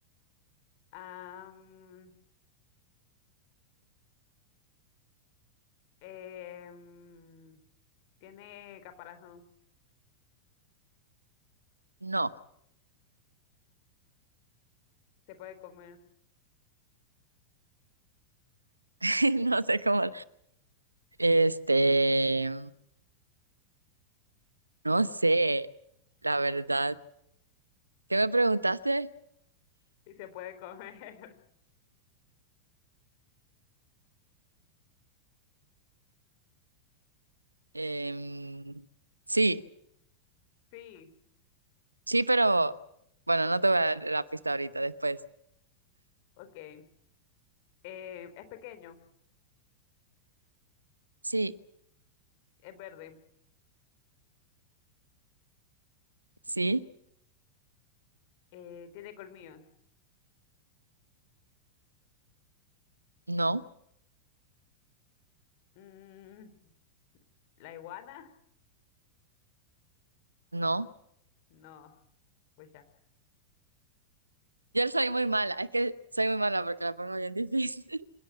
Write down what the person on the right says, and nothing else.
No,
<laughs> no sé cómo. Este, no sé, la verdad. ¿Qué me preguntaste?
Em, sí,
sí, pero bueno, no te voy a dar la pista ahorita, después.
Sí,
sí,
no,
no.
Yo soy muy mala, es que soy muy mala porque la pongo bien difícil.